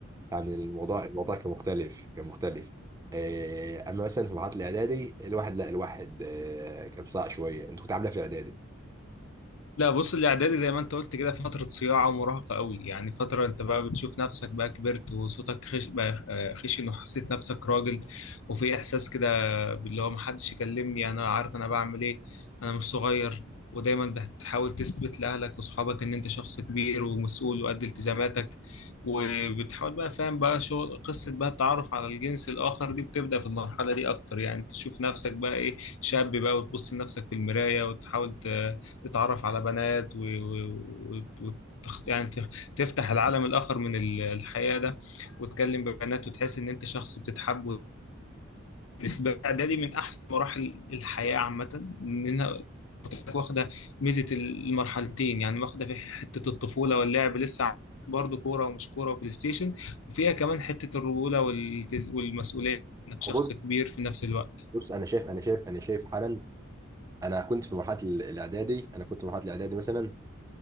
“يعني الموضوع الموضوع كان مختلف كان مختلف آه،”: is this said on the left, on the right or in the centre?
Right